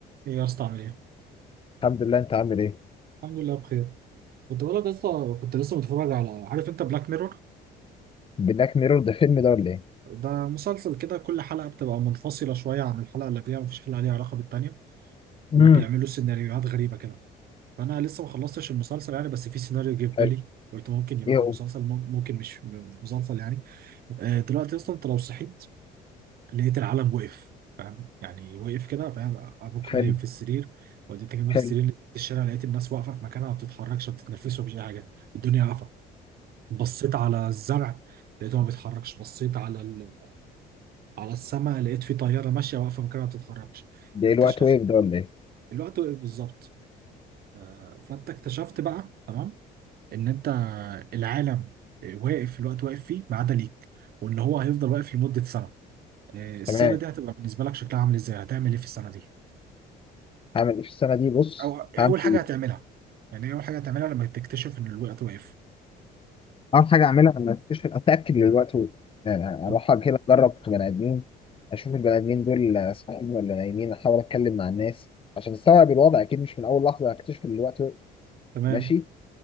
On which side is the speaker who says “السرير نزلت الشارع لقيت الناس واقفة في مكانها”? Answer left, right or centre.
Right